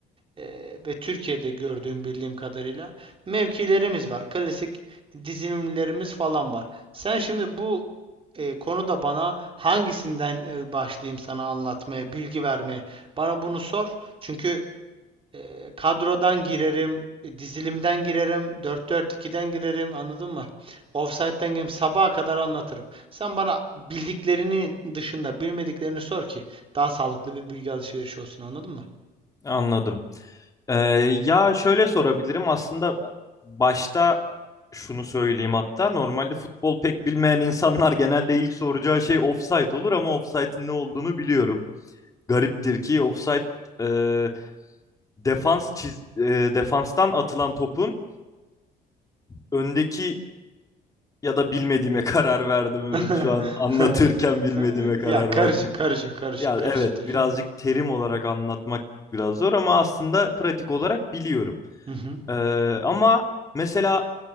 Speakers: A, on the right (about 35°); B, on the left (about 20°).
A: e, ve Türkiye'de gördüğüm bildiğim kadarıyla mevkilerimiz var. Klasik dizilimlerimiz falan var. Sen şimdi bu e, konuda bana hangisinden e, başlayayım sana anlatmaya, bilgi vermeye? Bana bunu sor. Çünkü Eee, kadrodan girerim, e, dizilimden girerim, dört 4 2den girerim, anladın mı? Offside'den girerim, sabaha kadar anlatırım. Sen bana bildiklerinin dışında bilmediklerini sor ki daha sağlıklı bir bilgi alışverişi olsun, anladın mı?
B: Anladım. Ee, ya şöyle sorabilirim aslında başta şunu söyleyeyim hatta normalde futbol pek bilmeyen insanlar genelde ilk soracağı şey offside olur ama offside'in ne olduğunu biliyorum. Gariptir ki offside e, defans çiz, e, defanstan atılan topun öndeki ya da bilmediğime <laughs> karar verdim evet
A: <laughs>
B: şu an anlatırken bilmediğime karar
A: Ya karışık,
B: verdim.
A: karışık, karışık,
B: Ya
A: karışık
B: evet
A: hocam.
B: birazcık terim olarak anlatmak biraz zor ama aslında pratik olarak biliyorum.
A: Hı hı.
B: Ee, ama mesela